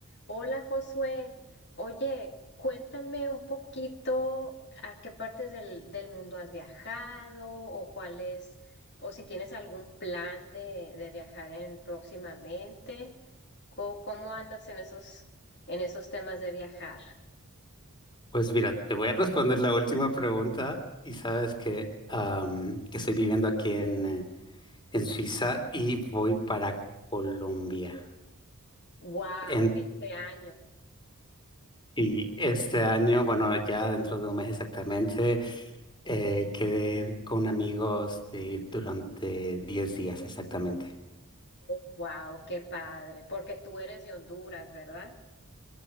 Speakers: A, on the left (about 50°); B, on the left (about 20°).
A: Hola Josué, oye, cuéntame un poquito a qué partes del, del mundo has viajado o cuál es, o si tienes algún plan de, de viajar en próximamente. Co- ¿Cómo, andas en esos, en esos temas de viajar?
B: Pues mira, te voy a responder la última pregunta y sabes que, am, que estoy viviendo aquí en, eh, en Suiza y voy para Colombia.
A: Wow,
B: En-
A: este año.
B: y este año, bueno, ya dentro de un mes exactamente, eh, quedé con amigos de ir durante 10 días exactamente.
A: wow, qué padre, porque tú eres de Honduras, ¿verdad?